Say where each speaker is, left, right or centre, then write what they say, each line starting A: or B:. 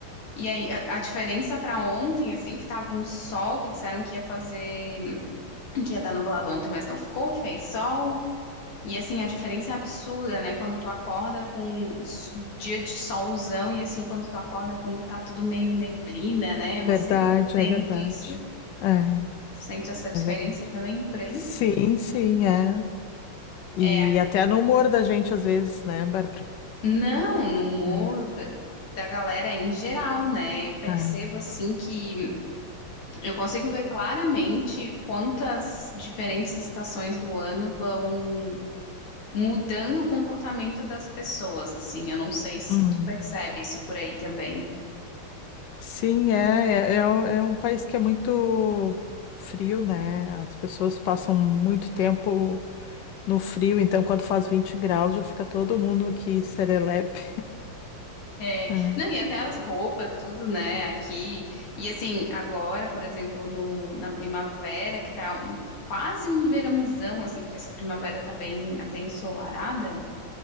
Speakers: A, on the left (about 80°); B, on the left (about 65°).
A: e aí a, a diferença pra ontem, assim, que tava um sol que disseram que ia fazer, que ia estar nublado ontem, mas não ficou, fez sol. E assim, a diferença é absurda, né? Quando tu acorda com s- dia de solzão e assim, quando tu acorda quando tá tudo meio neblina, né? Eu não
B: verdade,
A: sei se tu
B: é
A: sente
B: verdade.
A: isso.
B: É,
A: Sente essa diferença
B: é verdade.
A: também por aí?
B: Sim, sim, é. E
A: É, a-
B: até no humor da gente, às vezes, né, Bárbara?
A: não, no humor
B: É,
A: da da galera em geral, né? Eu percebo
B: é.
A: assim que eu consigo ver claramente quantas diferentes estações do ano vão mudando o comportamento das pessoas, assim. Eu não sei se
B: Hum.
A: tu percebe isso por aí também.
B: Sim, é, é, é é um é um país que é muito frio, né? As pessoas passam muito tempo. no frio, então quando faz 20 graus já fica todo mundo aqui serelepe.
A: É,
B: É.
A: não, e até as roupas, tudo, né, aqui. E assim, agora, por exemplo, no, na primavera, que tá um- quase um verãozão, assim, porque essa primavera tá bem até ensolarada,